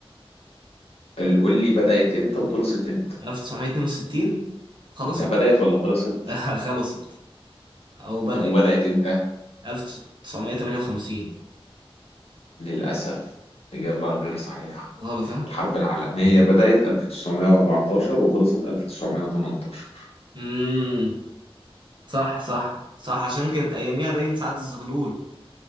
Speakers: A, on the left; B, on the right.
A: ال- قول لي بدأت امتى وخلصت امتى
B: 1962 خلصت
A: ده بدأت ولا خلصت
B: <laughs> خلصت او بدأت
A: طب وبدأت امتى
B: 1958
A: للأسف إجابة غير صحيحة
B: غلط ها
A: الحرب العالمية بدأت 1914 وخلصت 1918
B: امم صح صح صح عشان كانت اياميها باين سعد الزغلول